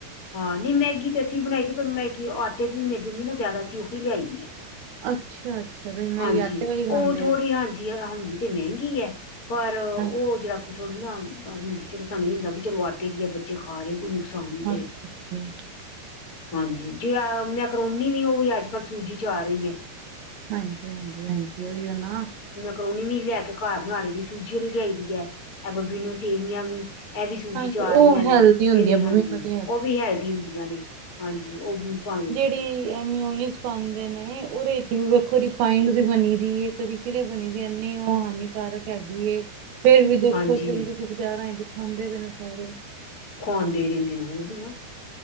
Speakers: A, on the left; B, on the right.
A: ਹਾਂ ਨਹੀਂ ਮੈਗੀ ਤੇ ਅਸੀਂ ਬਣਾਈ ਦੀ ਪਰ ਮੈਗੀ ਆਟੇ ਤੇ ਵੀ ਮਿਲ ਜਾਂਦੀ ਨਾ ਜ਼ਿਆਦਾ ਅਸੀਂ ਉਹੀ ਲਿਆਈ ਦੀ ਆ
B: ਅੱਛਾ ਅੱਛਾ ਤੁਸੀਂ ਮੱਗੀ
A: ਹਾਂਜੀ
B: ਆਟੇ ਵਾਲੀ ਖਾਂਦੇ
A: ਉਹ ਥੋੜ੍ਹੀ
B: ਹੋ
A: ਹਾਂਜੀ ਹੁੰਦੀ ਤੇ ਮਹਿੰਗੀ ਹੈ ਪਰ ਉਹ
B: ਹਾਂ
A: ਜਿਰਕੁ ਥੋੜੀ ਨਾ ਹੁੰਦੀ ਚਲੋ ਸਾਨੂੰ ਇਹ ਹੁੰਦਾ ਵੀ ਚਲੋ ਆਟੇ ਦੀ ਆ ਬੱਚੇ ਖਾ ਰਹੇ ਕੋਈ ਨੁਕਸਾਨ ਨਹੀਂ
B: <unintelligible>
A: ਦੇ ਹਾਂਜੀ ਜੇ ਮੈਕਰੋਨੀ ਵੀ ਉਹ ਵੀ ਅੱਜ ਕੱਲ੍ਹ ਸੂਜੀ ਚ ਆ ਰਹੀ ਹੈ।
B: ਹਾਂਜੀ -ਹਾਂਜੀ -ਹਾਂਜੀ ਓਹੀਓ ਨਾ
A: ਕਰੋਨੀ ਵੀ ਲੈ ਕੇ ਘਰ ਬਣਾ ਲਈ ਦੀ ਸੂਜੀ ਵਿ ਲਿਆਈ ਦੀ ਹੈ ਇਹ ਬਬੀਨੋ ਸੇਵੀਆਂ ਵੀ ਇਹ ਵੀ ਸੂਜੀ
B: ਹਾਂਜੀ
A: ਚ ਆ
B: ਉਹ
A: ਰਹੀਆਂ ਨੇ
B: ਹੈਲਦੀ ਹੁੰਦੀ
A: ਇਹ ਵੀ
B: ਆ ਮੈਨੂੰ
A: ਹਾਂਜੀ
B: ਤੇ
A: ਉਹ ਵੀ ਹੈਲਦੀ ਹੁੰਦੀਆਂ ਨੇ ਹਾਂਜੀ ਉਹ ਭਾਵੇਂ
B: ਤੇ ਮਯੋਨਿਸ ਪਾਂਦੇ ਨੇ ਓਦੇ ਚ ਵੀ ਦੇਖੋ ਰੀਫਾਇਨਡ ਦੀ ਬਣੀ ਦੀ ਏ। ਕਿਰੇ ਬਣੀ ਦੇ ਇਨੀ ਉਹ ਹਾਨੀਕਾਰਕ ਹੈਗੀ ਏ। ਫੇਰ ਵੀ ਦੇਖੋ
A: ਹਾਂਜੀ
B: ਚੱਲਦੀ ਪਈ ਏ ਬਾਜ਼ਾਰਾਂ ਚ ਖਾਂਦੇ ਪਏ ਨੇ ਸਾਰੇ।
A: ਖੁਆਉਂਦੇ ਰਹਿੰਦੇ ਨੇ ਉਹੀ ਨਾ।